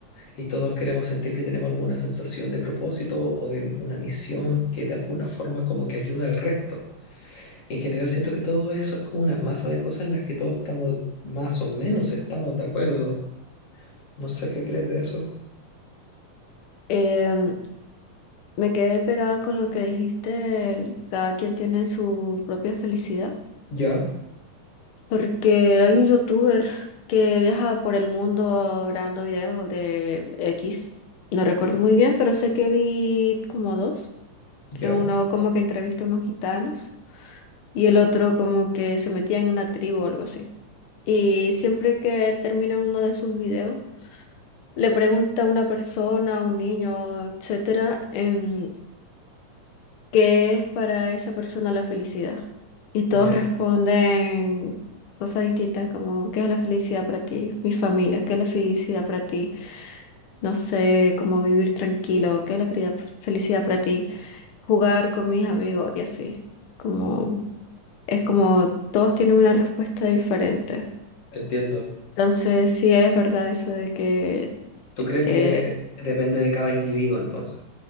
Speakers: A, on the left; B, on the left.
A: y todos queremos sentir que tenemos alguna sensación de propósito o de una misión que de alguna forma como que ayuda al resto. Y en general siento que todo eso es como una masa de cosas en las que todos estamos más o menos estamos de acuerdo. No sé qué crees de eso.
B: Em, me quedé pegada con lo que dijiste, del cada quien tiene su propia felicidad,
A: Ya,
B: porque hay un youtuber que viaja por el mundo grabando videos de X, no recuerdo muy bien, pero sé que vi como dos.
A: ya,
B: En Uno como que entrevista a unos gitanos y el otro como que se metía en una tribu o algo así. Y siempre que termina uno de sus videos, le pregunta a una persona, a un niño, etcétera, em, ¿qué es para esa persona la felicidad? Y todos
A: ya.
B: responden cosas distintas como, ¿qué es la felicidad para ti? Mi familia, ¿qué es la felicidad para ti? No sé, cómo vivir tranquilo, ¿qué es la felicidad felicidad para ti? Jugar con mis amigos y así. Como, es como todos tienen una respuesta diferente.
A: Entiendo.
B: Entonces, sí es verdad eso de que...
A: ¿Tú crees
B: eh,
A: que depende de cada individuo entonces?